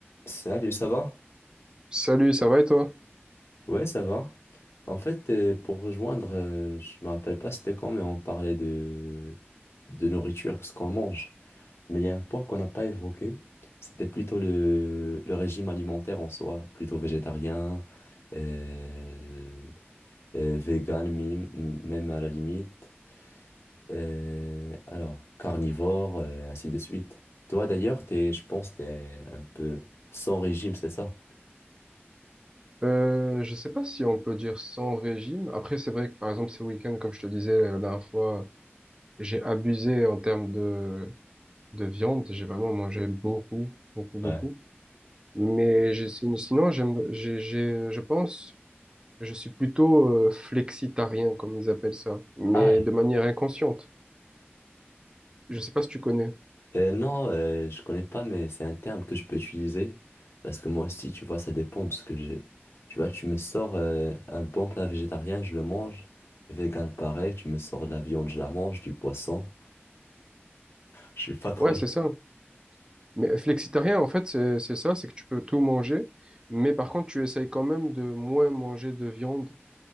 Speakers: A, on the left (about 75°); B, on the right (about 20°).
A: Salut, ça va?
B: Salut, ça va et toi?
A: Ouais, ça va. En fait, euh, pour rejoindre, euh, je me rappelle pas c'était quand, mais on parlait de, de nourriture, ce qu'on mange. Mais il y a un point qu'on n'a pas évoqué, c'était plutôt le, le régime alimentaire en soi, plutôt végétarien, euh, euh, vegan, mi- même à la limite. Euh, alors, carnivore, euh, ainsi de suite. Toi d'ailleurs, t'es, je pense, t'es un peu sans régime, c'est ça?
B: Euh, je sais pas si on peut dire sans régime. Après, c'est vrai que par exemple, ces week-ends, comme je te disais la dernière fois, j'ai abusé en termes de, de viande. J'ai vraiment mangé beaucoup, beaucoup, beaucoup.
A: Ouais.
B: Mais j'ai- sin- sinon, j'aime, j'ai, j'ai, je pense, je suis plutôt euh, flexitarien, comme ils appellent ça, mais
A: Ah,
B: de manière inconsciente. Je sais pas si tu connais.
A: Euh, non, euh, je connais pas, mais c'est un terme que je peux utiliser. Parce que moi aussi, tu vois, ça dépend. Parce que j'ai. Tu vois, tu me sors euh, un bon plat végétarien, je le mange. Vegan, pareil. Tu me sors de la viande, je la mange. Du poisson. Je suis pas <laughs> trop.
B: Ouais, c'est ça. Mais flexitarien, en fait, c'est c'est ça, c'est que tu peux tout manger, mais par contre, tu essayes quand même de moins manger de viande